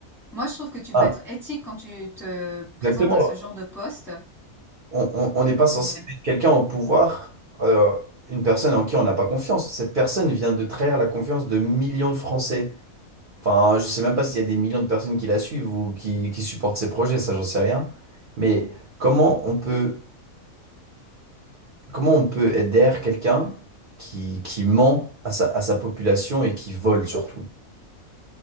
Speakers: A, in the centre; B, on the right (about 50°).
A: moi, je trouve que tu
B: Ah,
A: dois être éthique quand tu te présentes
B: exactement.
A: à ce genre de poste.
B: On on- on n'est pas censé
A: Et, euh,
B: mettre quelqu'un au pouvoir, euh, une personne en qui on n'a pas confiance. Cette personne vient de trahir la confiance de millions de Français. Enfin, je sais même pas s'il y a des millions de personnes qui la suivent ou qui, qui supportent ses projets, ça j'en sais rien. Mais comment on peut, comment on peut être derrière quelqu'un qui, qui ment à sa, à sa population et qui vole surtout?